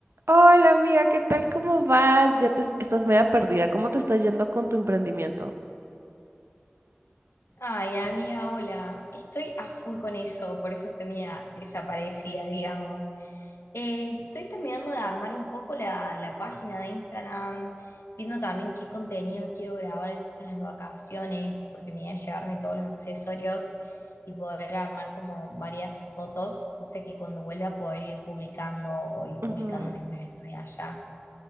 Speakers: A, on the right; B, on the left.
A: Hola amiga, ¿qué tal? ¿Cómo vas? Ya te estás media perdida. ¿Cómo te está yendo con tu emprendimiento?
B: Ay, amiga, hola. Estoy a full con eso, por eso estoy media desaparecida, digamos. Eh, estoy terminando de armar un poco la, la página de Instagram, viendo también qué contenido quiero grabar en las vacaciones, porque me voy a llevarme todos los accesorios y poder armar como varias fotos, cosa que cuando vuelva a poder ir publicando o ir
A: Ujú.
B: publicando mientras estoy allá.